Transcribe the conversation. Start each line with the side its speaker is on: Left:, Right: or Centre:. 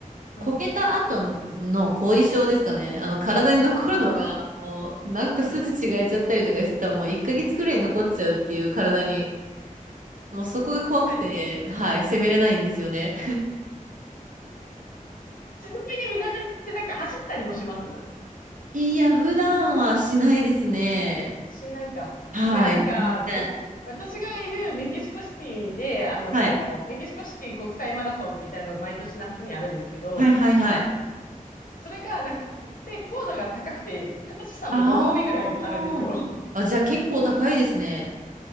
Left: うん。
Right: こけた後の後遺症ですかね。あの、体に残るのが、
Left: ああ。
Right: もう、なんか筋違えちゃったりとかしてたら、もう1ヶ月くらい残っちゃうっていう体に、もうそこが怖くて、
Left: 確かに。
Right: はい、責めれないんですよね。
Left: ちなみにみなりってなんか走ったりもします
Right: いや、普段はしないですね。
Left: しないか。
Right: はい、
Left: いや、なんか、
Right: 全然。
Left: め私がいるメキシコシティで、あの、
Right: はい。
Left: メキシコシティ国際マラソンみたいなのが毎年夏にあるんですけど、
Right: はいはいはい。
Left: それが、なんかこ、で、高度が高くて、富士山の5合目ぐらいあるんですよ。
Right: ああ。
Left: <laughs>
Right: あ、じゃあ結構高いですね。